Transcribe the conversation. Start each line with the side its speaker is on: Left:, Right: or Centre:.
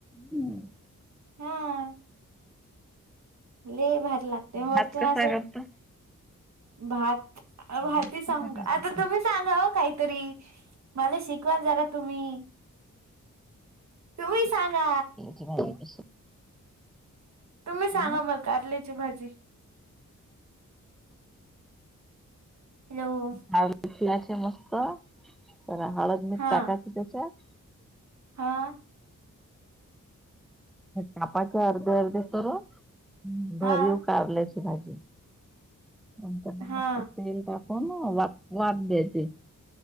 Centre: हम्म.
Right: हा. लई भारी लागते अ वरतून
Centre: भात कसा
Right: असं
Centre: करता?
Right: भात भाती
Centre: भात
Right: सांग
Centre: कसा करतात?
Right: आता तुम्ही सांगा अ काहीतरी. मला शिकवाल जरा तुम्ही तुम्ही सांगा.
Centre: तिमा वापस.
Right: तुम्ही सांगा
Centre: मग
Right: मला कारल्याची भाजी. हॅलो
Centre: ला उ लाचे मस्त. जरा हळद, मीट
Right: हा
Centre: टाकायचे त्याच्यात.
Right: हा.
Centre: कापाचे अर्धे अर्धे करून. हम्म भरीव
Right: हा
Centre: कारल्याची भाजी नंतर म
Right: हा
Centre: तेल टाक आ म वाफ वाफ द्यायचे.